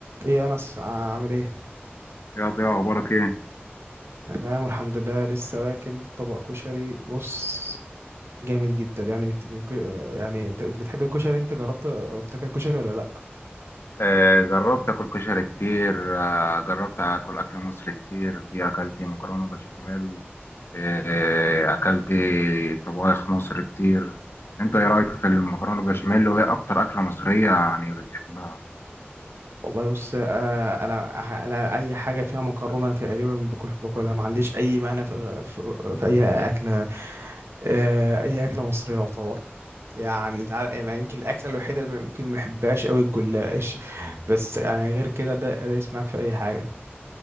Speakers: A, on the right; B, on the left.
A: ايه يا انس عامل ايه
B: يا ضياء اخبارك ايه
A: أنا تمام والحمد لله لسه واكل طبق كشري بص جامد جدا يعني بت... بت- يعني انت أنت بتحب الكشري انت جربت تاكل كشري ولا لا
B: آه جربت اكل كشري كتير آه جربت اكل اكل مصري كتير في اكلت مكرونه بشاميل آه اكلت طبايخ مصر كتير انت ايه رايك في المكرونه بشاميل وايه اكتر اكله مصريه يعني بتحبها
A: والله بص آه، انا انا اي حاجه فيها مكرونه تقريبا باكل باكلها ما عنديش اي مانع في في, في اي اكله آه، اي اكله مصريه يعتبر يعني انت عارف يعني يمكن الاكله الوحيده اللي ممكن ما احبهاش قوي الجلاش بس يعني غير كده ده ده يسمعك في اي حاجه